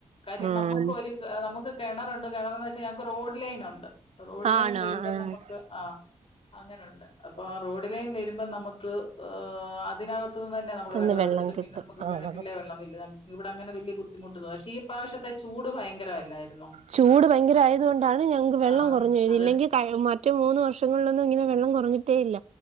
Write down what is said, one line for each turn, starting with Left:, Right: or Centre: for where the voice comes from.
Left: കാര്യം
Right: ആഹ്
Left: നമുക്കൊരു ആഹ് നമുക്ക് കെണറൊണ്ട് കിണർന്ന് വെച്ചാ ഞങ്ങക്ക് റോഡ് ലൈൻ ഒണ്ട് റോഡ്
Right: ആണോ
Left: ലൈൻ വരുമ്പോ
Right: ആഹ്
Left: നമുക്ക് ആഹ് അങ്ങനൊണ്ട് അപ്പൊ ആ റോഡ ലൈൻ വരുമ്പോ നമുക്ക് ആഹ് അതിനകത്ത്- അത് ന്ന്തന്നെ നമ്മള്
Right: ചെന്ന്
Left: വെള്ളം എടുത്തിട്ട്
Right: കിട്ടും
Left: പിന്നെ നമുക്ക്
Right: ആഹ്
Left: കെണറ്റിലെ
Right: ആഹ്
Left: വെള്ളം - വല്താ ഇവിടെ അങ്ങന വലിയ ബുദ്ധിമുട്ടില്ല പക്ഷേ ഈ പ്രാവശ്യത്തെ- ചൂട് ഭയങ്കരമല്ലായിരുന്നോ
Right: ചൂട് ഭയങ്കര ആയത് കൊണ്ടാണ് ഞങ്ങക്ക് വെള്ളം
Left: ആഹ്
Right: കൊറഞ്ഞ്പോയത്
Left: അതെ
Right: ഇല്ലെങ്കിൽ- മറ്റു മൂന്ന് വർഷങ്ങളിലൊന്നും ഇങ്ങനെ വെള്ളം കുറഞ്ഞിട്ടേ ഇല്ല